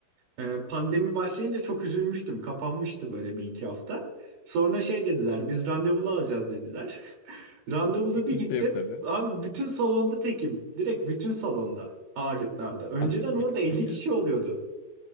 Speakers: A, on the right; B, on the left.
A: Ee, pandemi başlayınca çok üzülmüştüm. Kapanmıştı böyle bir iki hafta. Sonra şey dediler biz randevulu alacağız dediler. <laughs> Randevulu
B: E, kimse
A: bir gittim.
B: yok tabii.
A: Abi bütün salonda tekim. Direkt bütün salonda ağırlıklarda. Önceden
B: Abi
A: orada
B: bü-
A: 50
B: bütün
A: kişi oluyordu.